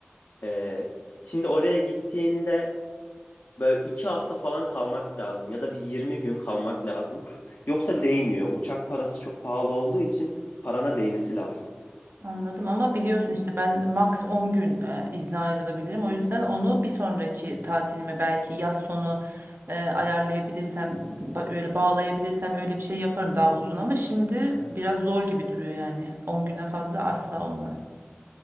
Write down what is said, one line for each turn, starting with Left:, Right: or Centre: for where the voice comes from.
Left: e, şimdi oraya gittiğinde böyle iki hafta falan kalmak lazım ya da bir 20 gün kalmak lazım. Yoksa değmiyor. Uçak parası çok pahalı olduğu için parana değmesi lazım.
Right: Anladım ama biliyorsun işte ben max 10 gün e, izne ayrılabilirim. O yüzden onu bir sonraki tatilime belki yaz sonu e, ayarlayabilirsem ba- öyle bağlayabilirsem öyle bir şey yaparım daha uzun ama şimdi biraz zor gibi duruyor yani. 10 güne fazla asla olmaz.